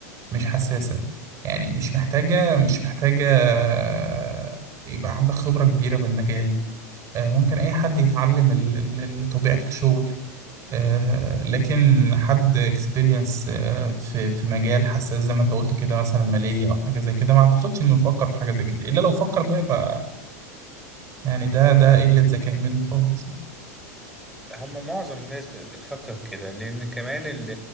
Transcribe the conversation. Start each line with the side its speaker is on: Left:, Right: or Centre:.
Right: مش حساسه يعني مش محتاجه مش محتاجه آه، يبقى عندك خبره كبيره بالمجال آه، ممكن اي حد يتعلم ال- ال- ال- طبيعه الشغل آه، لكن حد اكسبيرينس في في مجال حساس زي ما انت قلت كده مثلا مالية او حاجة زي كده ما اعتقدش انه يفكر في حاجة زي كده الا لو فكر بقى يبقى آه، يعني ده ده قلة ذكاء منه خالص
Centre: هم معظم الناس ب- بتفكر كده لأن كمان ال-